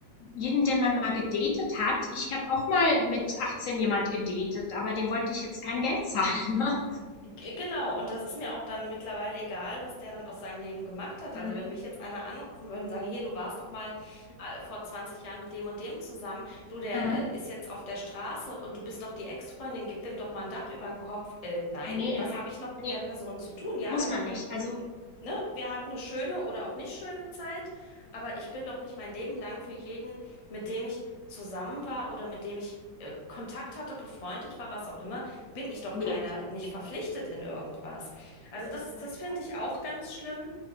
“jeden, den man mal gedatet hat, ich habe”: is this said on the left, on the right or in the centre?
Left